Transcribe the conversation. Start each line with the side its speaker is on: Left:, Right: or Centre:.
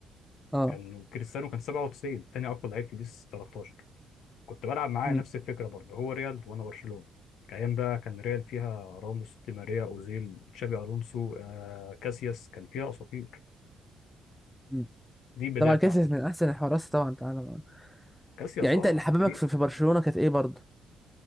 Centre: اه
Left: كان كريستيانو كان 97 تاني اقوى لعيب في بيس 13 كنت بلعب معاه
Centre: مم.
Left: نفس الفكره برضه هو ريال وانا برشلونه ايام بقى كان ريال فيها راموس دي ماريا اوزيل تشابي الونسو آه كاسياس كان فيها اساطير
Centre: مم.
Left: دي البدايه
Centre: طبعا
Left: بتاعتي
Centre: كاسياس من احسن الحراس طبعا في العالم
Left: كاسياس
Centre: يعني انت
Left: اه
Centre: اللي حببك
Left: تاريخ
Centre: في في برشلونه كانت ايه برضه